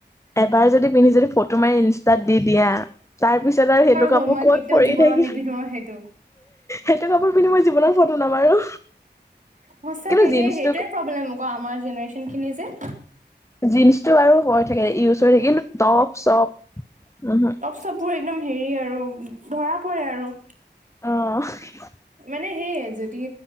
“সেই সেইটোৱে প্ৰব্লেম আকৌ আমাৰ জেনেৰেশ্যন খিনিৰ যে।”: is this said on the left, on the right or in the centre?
Right